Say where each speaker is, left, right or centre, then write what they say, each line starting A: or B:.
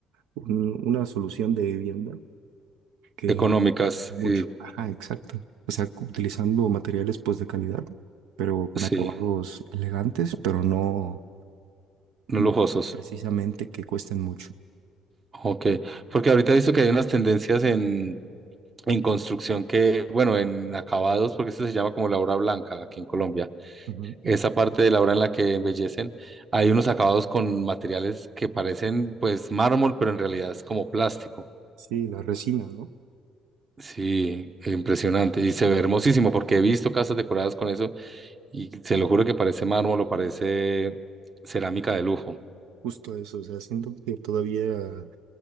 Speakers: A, on the right; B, on the right.
A: un- una solución de vivienda que
B: Económicas
A: mucho.
B: y
A: Ajá, exacto. O sea, cu- utilizando materiales pues de calidad, pero con
B: sí,
A: acabados elegantes, pero no,
B: no lujosos.
A: no precisamente que cuesten mucho.
B: Ok. Porque ahorita he visto que hay unas tendencias en, en construcción que, bueno, en acabados, porque esto se llama como la obra blanca aquí en Colombia.
A: Ujú.
B: Esa parte de la obra en la que embellecen, hay unos acabados con materiales que parecen pues mármol, pero en realidad es como plástico.
A: Sí, la resina, ¿no?
B: Sí, impresionante. Y se ve hermosísimo porque he visto casas decoradas con eso y se lo juro que parece mármol o parece cerámica de lujo.
A: Justo eso, o sea, siento que todavía